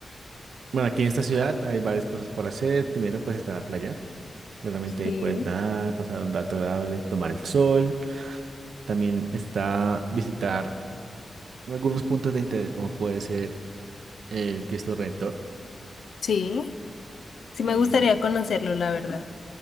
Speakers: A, on the right; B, on the left.
A: Bueno, aquí en esta ciudad hay varias cosas por hacer. Primero, pues está la playa. Claramente
B: Sí,
A: ahí puedes nadar, pasar un rato agradable, tomar el sol. También está visitar algunos puntos de interés, como puede ser el Cristo Redentor.
B: sí. Sí me
A: Eh,
B: gustaría conocerlo, la verdad.